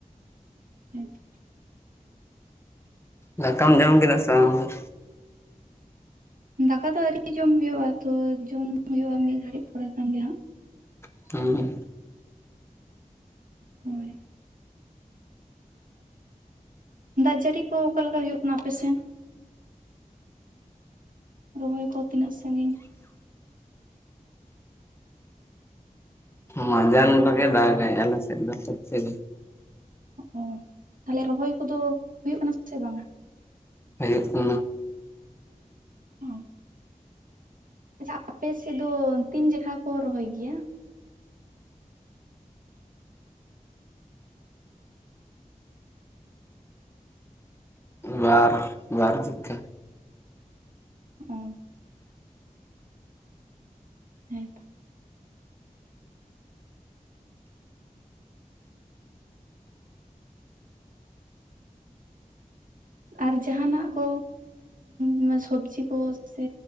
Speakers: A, on the right; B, on the left.
A: ᱦᱮᱸ ᱛᱚ᱾
B: ᱫᱟᱠᱟᱢ ᱡᱚᱢ ᱠᱮᱫᱟ ᱥᱮ ᱵᱟᱝ?
A: ᱫᱟᱠᱟ ᱫᱚ ᱟᱹᱣᱨᱤ ᱡᱚᱢ ᱦᱳᱭᱳᱜᱼᱟ ᱛᱚ ᱡᱚᱢ ᱦᱳᱭᱳᱜᱼᱟ ᱢᱤᱫ ᱜᱷᱟᱹᱲᱤᱡ ᱯᱚᱨᱮ ᱠᱷᱟᱱ ᱜᱮ ᱦᱟᱸᱜ᱾
B: <unintelligible>
A: ᱦᱳᱭ᱾ ᱫᱟᱜ ᱡᱟᱹᱲᱤ ᱠᱚ ᱚᱠᱟ ᱞᱮᱠᱟ ᱦᱩᱭᱩᱜ ᱠᱟᱱᱟ ᱟᱯᱮ ᱥᱮᱱ? ᱨᱚᱦᱚᱭ ᱠᱚ ᱛᱤᱱᱟᱹᱜ ᱥᱟᱺᱜᱤᱧ?
B: ᱢᱟᱡᱟᱱ ᱨᱮᱜᱮ ᱫᱟᱜᱟᱭ ᱟᱞᱮ ᱥᱮᱫ ᱫᱚ, ᱥᱟᱨᱤ ᱥᱟᱨᱤ᱾
A: ᱚ ᱛᱟᱞᱦᱮ ᱨᱚᱦᱚᱭ ᱠᱚᱫᱚ ᱦᱩᱭᱩᱜ ᱠᱟᱱᱟ ᱥᱮ ᱵᱟᱝᱟ?
B: ᱦᱩᱭᱩᱜ ᱠᱟᱱᱟ᱾
A: ᱚ᱾ ᱟᱪᱪᱷᱟ ᱟᱯᱮ ᱥᱮᱫ ᱫᱚ ᱛᱤᱱ ᱡᱟᱠᱷᱟ ᱠᱚ ᱨᱚᱦᱚᱭ ᱜᱮᱭᱟ?
B: ᱵᱟᱨ, ᱵᱟᱨ ᱡᱚᱠᱷᱟ᱾
A: ᱚ᱾ ᱦᱮᱸᱛᱚ ᱟᱨ ᱡᱟᱦᱟᱸᱱᱟᱜ ᱠᱚ ᱩᱸ ᱥᱚᱵᱡᱤ ᱠᱚ ᱥᱮ